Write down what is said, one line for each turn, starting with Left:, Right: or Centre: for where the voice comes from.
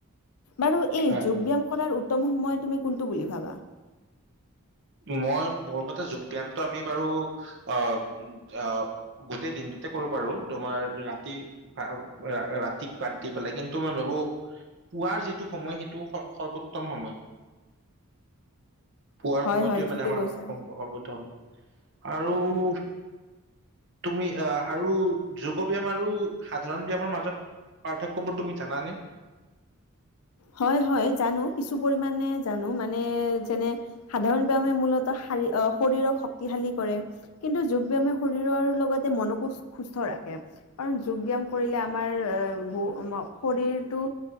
Left: বাৰু এই
Right: হয়
Left: যোগ ব্যায়াম কৰাৰ উত্তম সময় তুমি কোনটো বুলি ভাবা।
Right: মই মোৰ মতে যোগ ব্যামটো আমি বাৰু অ উম আহ গোটেই দিনটোতে কৰিব পাৰো। তোমাৰ ৰাতি- আৰু আ ৰাতিক বাদ দি পেলাই। কিন্তু মই ভাবো- পুৱাৰ যিটো সময় সেইটো স সৰ্বোত্তম সময়। পুৱাৰ
Left: হয়
Right: সময়টোৱে
Left: হয় ঠিকে
Right: মানে আমাৰ
Left: কৈছা।
Right: সম- সৰ্বোত্তম। আৰু- তুমি আহ আৰু যোগ ব্যায়াম আৰু সাধাৰণ ব্যায়ামৰ মাজত- পাৰ্থক্যবোৰ তুমি জানা নে?
Left: হয় হয় জানো কিছু পৰিমাণে জানো। মানে যেনে- সাধাৰণ ব্যায়ামে মূলত শাৰী অ শৰীৰক শক্তিশালী কৰে। কিন্তু যোগ ব্যায়ামে শৰীৰৰ লগতে মনকো সুস্থ ৰাখে। কাৰণ যোগ ব্যায়াম কৰিলে আমাৰ আ অ ব শৰীৰটো